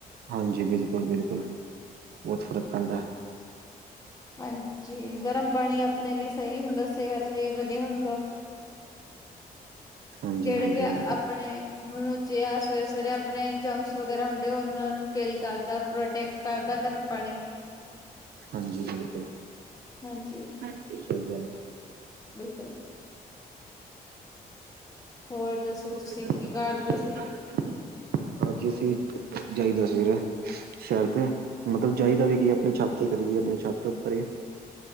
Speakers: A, on the right (about 75°); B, on the left (about 20°).
A: ਹਾਂਜੀ ਬਿਲਕੁਲ ਬਿਲਕੁਲ ਬਹੁਤ ਫ਼ਰਕ ਪੈਂਦਾ
B: ਹਾਂਜੀ ਗਰਮ ਪਾਣੀ ਆਪਣੇ ਲਈ ਸਹੀ ਹੁੰਦਾ ਸਿਹਤ ਲਈ ਵਧੀਆ ਹੁੰਦਾ
A: ਹਾਂਜੀ
B: ਜਿਹੜੇ
A: ਹਾਂਜੀ
B: ਵੀ
A: ਬਿਲਕੁਲ
B: ਆਪਣੇ। ਮੂੰਹ ਚੇ ਆ ਸਵੇਰੇ- ਸਵੇਰੇ ਆਪਣੇ ਜੰਪਸ ਵਗੈਰਾ ਹੁੰਦੇ ਉਹਨਾਂ ਨੂੰ ਕਿੱਲ ਕਰਦਾ ਪ੍ਰੋਟੈਕਟ। ਕਰਦਾ ਗਰਮ। ਪਾਣੀ
A: ਹਾਂਜੀ, ਬਿਲਕੁਲ
B: ਹਾਂਜੀ
A: ਹਾਂਜੀ ਸਹੀ ਗੱਲ ਆ।
B: ਇਹ ਕੋਈ ਹੋਰ। ਦੱਸੋ
A: <unintelligible>
B: ਤੁਸੀਂ ਕੀ ਕਰਦੇ ਸੀ
A: ਹਾਂਜੀ ਅਸੀਂ ਜਾਈਦਾ, ਸਵੇਰੇ ਸ਼ਹਿਰ ਤੇ ਮਤਲਬ ਜਾਈ ਦਾ
B: ਹਾਂ
A: ਵੀ ਕੀ ਆਪਣੀ ਛੱਤ। ਕੀ ਕਰੀ ਦੀ ਆਪਣੀ ਛੱਤ ਉੱਪਰ ਏ।